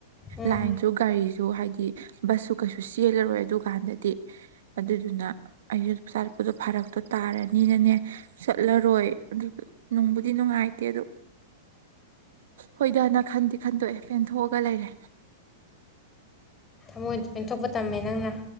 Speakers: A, on the left; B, on the right.
A: ꯎꯝ
B: ꯂꯥꯏꯟꯁꯨ ꯒꯥꯔꯤꯁꯨ ꯍꯥꯏꯗꯤ ꯍ ꯕꯁꯁꯨ ꯀꯩꯁꯨ ꯆꯦꯜꯂꯔꯣꯏ ꯑꯗꯨꯀꯥꯟꯗꯗꯤ ꯑꯗꯨꯗꯨꯅ ꯑꯩꯁꯨ ꯆꯥꯔꯛꯄꯗꯣ ꯐꯥꯔꯛꯇꯣ ꯇꯥꯔꯅꯤꯅꯅꯦ ꯆꯠꯂꯔꯣꯏ ꯑꯗꯨ ꯅꯨꯡꯕꯨꯗꯤ ꯅꯨꯡꯉꯥꯏꯇꯦ ꯑꯗꯨ ꯍꯣꯏꯗꯥꯅ ꯈꯟꯗꯤꯦ ꯈꯟꯗꯣꯛꯑꯦ ꯄꯦꯟꯊꯣꯛꯑꯒ ꯂꯩꯔꯦ
A: ꯃꯣꯏ ꯄꯦꯟꯊꯣꯛꯄ ꯇꯝꯃꯦ ꯅꯪꯅ